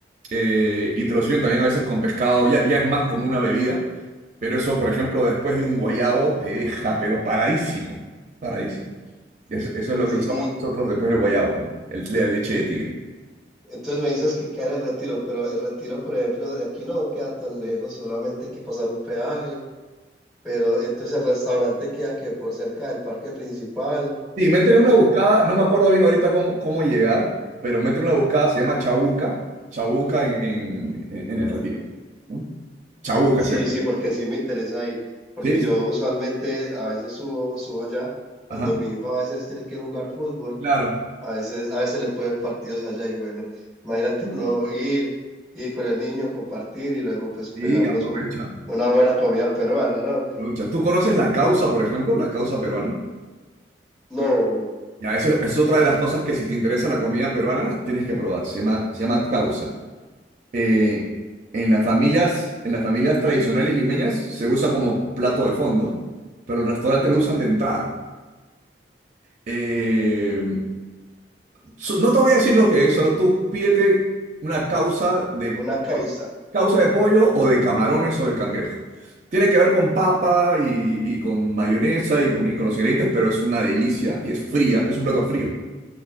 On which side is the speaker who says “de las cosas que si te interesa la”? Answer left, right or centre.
Right